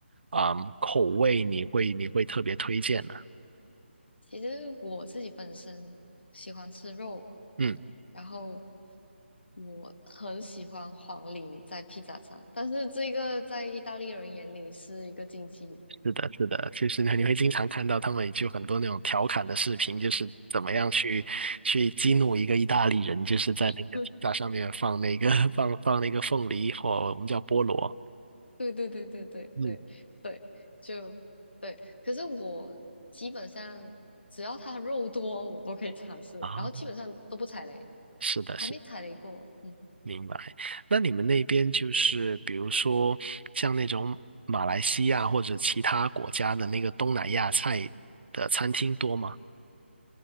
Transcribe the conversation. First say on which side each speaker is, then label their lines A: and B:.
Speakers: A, on the right; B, on the left.
A: 嗯，口味你会你会特别推荐呢？
B: 其实我自己本身喜欢吃肉，
A: 嗯。
B: 然后。我很喜欢黄梨在披萨上，但是这个在意大利人眼里是一个禁忌。
A: 是的，是的，就是你会经常看到他们就很多那种调侃的视频，就是怎么样去去激怒一个意大利人，就是在那个披萨上面放那个
B: <laughs>
A: <laughs> 放放那个凤梨或我们叫菠萝。
B: 对对对对对对对，
A: 嗯
B: 就对。可是我基本上只要它肉多，我都可以尝试，
A: 啊，
B: 然后基本上都不踩雷，
A: 是的，
B: 还没踩雷过。
A: 是的
B: 嗯。
A: 明白。那你们那边就是比如说像那种马来西亚或者其他国家的那个东南亚菜的餐厅多吗？